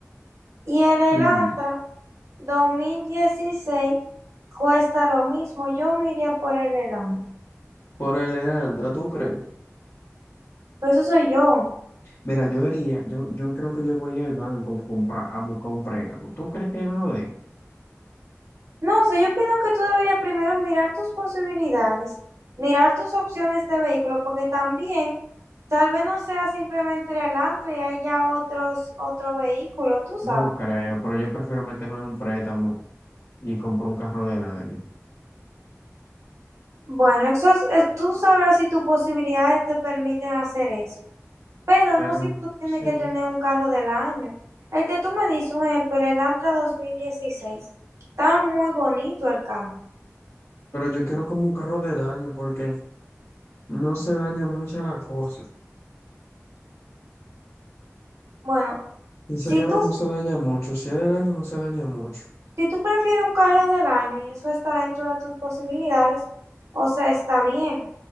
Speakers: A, on the right; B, on the left.
A: y el Elantra
B: Sí.
A: 2016 cuesta lo mismo. Yo me iría por el Elantra.
B: por el Elantra, ¿tú crees?
A: Pero eso soy yo.
B: Mira, yo diría, yo, yo creo que yo voy al banco a comprar, a buscar un préstamo. ¿Tú crees que me lo den?
A: No sé, yo opino que tú deberías primero mirar tus posibilidades, mirar tus opciones de vehículo, porque también tal vez no sea simplemente el Elantra y haya otros, otro vehículo, tú sabes.
B: No creo, pero yo prefiero meterme en un préstamo y comprar un carro del año.
A: Bueno, eso es- eh, tú sabrás si tus posibilidades te permiten hacer eso, pero
B: Pero
A: no siempre tú tienes
B: sí,
A: que tener un carro del año. El que tú me dices, un ejemplo, el Elantra 2016 está muy bonito el carro.
B: pero yo quiero como un carro del año porque no se daña mucho la cosa.
A: Bueno,
B: Ese
A: si
B: carro
A: tú
B: no se daña mucho. Si es del año, no se daña mucho.
A: Si tú prefieres un carro del año y eso está dentro de tus posibilidades, o sea, está bien.